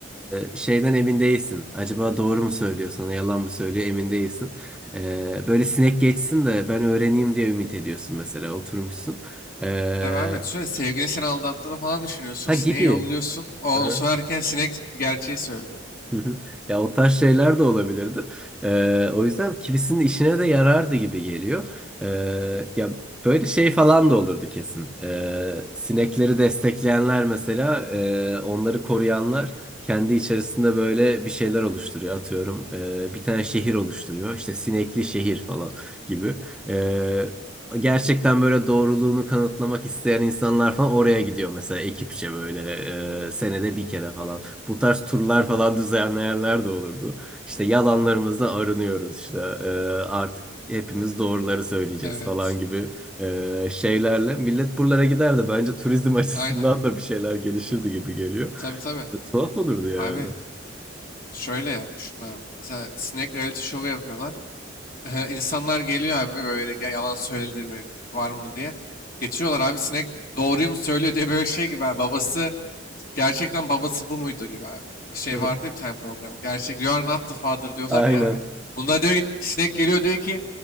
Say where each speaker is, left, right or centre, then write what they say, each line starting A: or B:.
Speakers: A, in the centre; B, on the left.
A: e, şeyden emin değilsin. Acaba doğru mu söylüyor sana yalan mı söylüyor emin değilsin. E, böyle sinek geçsin de ben öğreneyim diye ümit ediyorsun mesela oturmuşsun. E,
B: Tabii abi düşünsene sevgilin seni aldattığını falan düşünüyorsun.
A: ha
B: Sineği
A: gibi.
B: yolluyorsun. O
A: Hı
B: onu
A: hı.
B: söylerken sinek gerçeği söylüyor.
A: Hı hı. Ya o tarz şeyler de olabilirdi. Ee, o yüzden kimisinin işine de yarardı gibi geliyor. Ee, ya böyle şey falan da olurdu kesin. Ee, sinekleri destekleyenler mesela, e, onları koruyanlar kendi içerisinde böyle bir şeyler oluşturuyor. Atıyorum, e, bir tane şehir oluşturuyor. İşte sinekli şehir falan gibi. Ee, Gerçekten böyle doğruluğunu kanıtlamak isteyen insanlar falan oraya gidiyor mesela ekipçe böyle e, senede bir kere falan. Bu tarz turlar falan düzenleyenler de olurdu. İşte yalanlarımızdan arınıyoruz işte e, artık hepimiz doğruları söyleyeceğiz
B: Evet.
A: falan gibi e, şeylerle. Millet buralara giderdi. Bence turizm <laughs> açısından
B: Aynen.
A: da bir şeyler gelişirdi gibi geliyor.
B: Tabii tabii.
A: E, tuhaf olurdu yani.
B: Abi şöyle yapmışsın abi. Mesela sinek reality show'u yapıyorlar. Ehe, İnsanlar geliyor abi böyle "Ya yalan söyledi mi var mı diye. Getiriyorlar abi sinek doğruyu mu söylüyor diye böyle şey gibi abi. Babası gerçekten babası bu muydu gibi abi. Şey
A: <laughs>
B: vardı ya bir tane program. Gerçek you are not the father diyorlar
A: Aynen.
B: ya abi. Bunda diyor ki sinek geliyor diyor ki